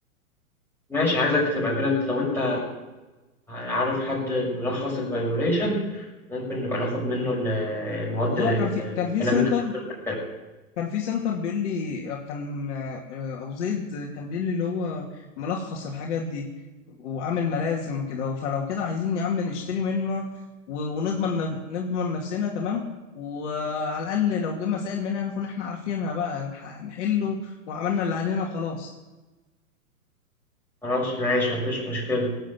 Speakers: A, in the centre; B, on the left.
A: ماشي عايزك تبقى كده لو انت عارف حد ملخص الفايبريشن ممكن نبقى ناخد منه ال- المواد
B: والله
A: ال-
B: كان في
A: الكلام
B: كان في سنتر
A: اللي هتكتب في الكتاب
B: كان في سنتر بيقول لي كان آه، ابو زيد كان بيقول لي اللي هو ملخص الحاجات دي وعامل ملازم وكده اهو. فلو كده عايزين يا عم نشتري منه و- ونضمن نف- نضمن نفسنا تمام وعلى الاقل لو جه مسائل منها نكون احنا عارفينها بقى نح- نحله وعملنا اللي علينا وخلاص
A: خلاص ماشي مفيش مشكلة